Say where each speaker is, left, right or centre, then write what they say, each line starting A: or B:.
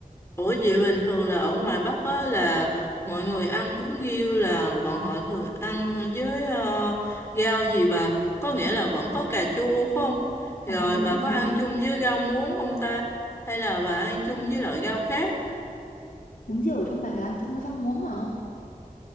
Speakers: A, on the left; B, on the left.
A: ủa vậy bình thường là ở ngoài Bắc á là mọi người ăn bún riêu là bọn họ thường ăn với ờ, rau gì bà? Có nghĩa là vẫn có cà chua phải không?
B: ồ
A: Rồi
B: Ờ, đúng
A: bà
B: mùi
A: có ăn
B: rồi.
A: chung với rau muống không ta? Hay là bà ăn chung với loại rau khác?
B: bún riêu ở trong bà ăn chung với rau muống hả